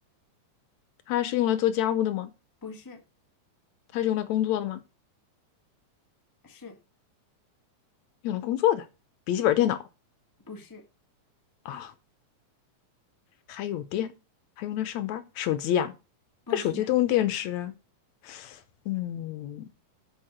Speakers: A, on the left (about 75°); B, on the left (about 15°).
A: 它是用来做家务的吗？
B: 不是，
A: 它是用来工作的吗？
B: 是
A: 用来工作的，笔记本电脑
B: 不是？
A: 啊，还有电，还用来上班儿手机呀、
B: 不是，
A: 这手机都用电池啊嗯，